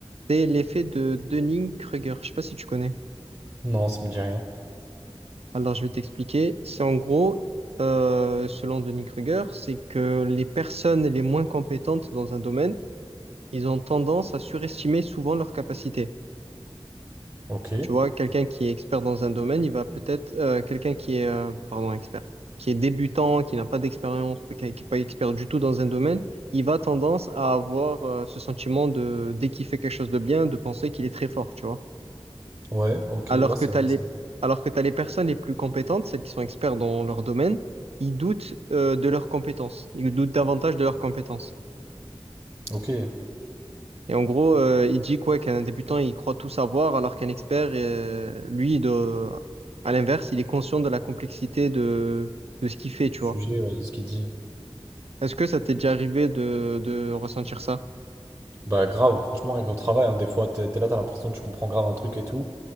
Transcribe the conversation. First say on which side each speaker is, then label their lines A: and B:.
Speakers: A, on the right (about 75°); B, on the right (about 30°).
A: C'est l'effet de Dunning-Kruger. Je sais pas si tu connais.
B: Non, ça me dit rien.
A: Alors, je vais t'expliquer. C'est en gros, euh, selon Dunning-Kruger, c'est que les personnes les moins compétentes dans un domaine ils ont tendance à surestimer souvent leurs capacités.
B: Ok.
A: Tu vois, quelqu'un qui est expert dans un domaine, il va peut-être, euh, quelqu'un qui est, euh, pardon, expert, qui est débutant, qui n'a pas d'expérience, qui n'est pas expert du tout dans un domaine, il va tendance à avoir, euh, ce sentiment de, dès qu'il fait quelque chose de bien, de penser qu'il est très fort, tu vois.
B: Ouais, ok.
A: Alors
B: Ouais, c'est
A: que t'as
B: vrai,
A: les,
B: c'est vrai.
A: alors que t'as les personnes les plus compétentes, celles qui sont experts dans leur domaine, ils doutent, euh, de leurs compétences. Ils doutent davantage de leurs compétences.
B: Ok.
A: Et en gros, euh, il dit quoi qu'un débutant, il croit tout savoir, alors qu'un expert, euh, lui, de, à l'inverse, il est conscient de la complexité de, de ce qu'il fait, tu
B: Jugé,
A: vois.
B: ouais, de ce qu'il dit.
A: Est-ce que ça t'est déjà arrivé de, de ressentir ça?
B: Bah, grave. Franchement, rien qu'au travail, hein, des fois, t'es t'es là, t'as l'impression que tu comprends grave un truc et tout.